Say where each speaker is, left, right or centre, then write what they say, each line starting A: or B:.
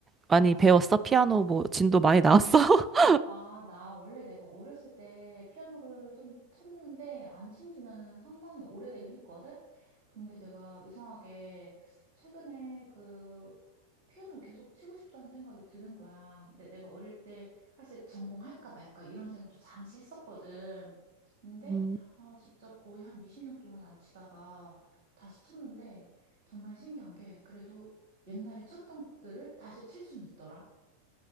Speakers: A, on the right; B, on the right.
A: 많이 배웠어? 피아노 뭐 진도 많이 나왔어? <laughs>
B: 아, 나 원래 내가 어렸을 때 피아노를 좀 쳤는데 안 친 지는 상당히 오래되긴 했거든? 근데 내가 이상하게 최근에 그 피아노를 계속 치고 싶다는 생각이 드는 거야. 근데 내가 어릴 때 사실 전공할까 말까 이런 생각도 잠시 했었거든. 근데
A: 음.
B: 아, 진짜 거의 한 20년 동안 안 치다가 다시 쳤는데 정말 신기한 게 그래도 옛날에 쳤던 곡들을 다시 칠 순 있더라.